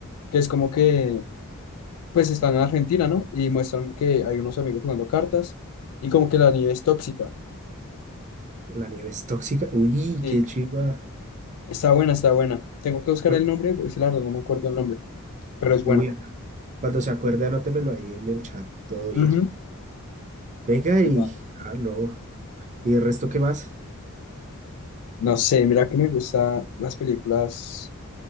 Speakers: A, on the left (about 80°); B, on the right (about 35°).
A: que es como que, pues están en Argentina, ¿no? Y muestran que hay unos amigos jugando cartas y como que la nieve es tóxica.
B: la nieve es tóxica. Uy,
A: Sí,
B: qué chiva.
A: está buena, está buena. Tengo que buscar
B: Bueno,
A: el nombre, porque la verdad no me acuerdo el nombre. pero es bueno.
B: Uy, cuando se acuerde, anótemelo ahí en el chat. Todo bien.
A: Ujú.
B: Venga
A: ¿Qué
B: y...
A: pasa?
B: Ah, no. ¿Y el resto qué más?
A: No sé, mira que me gustan las películas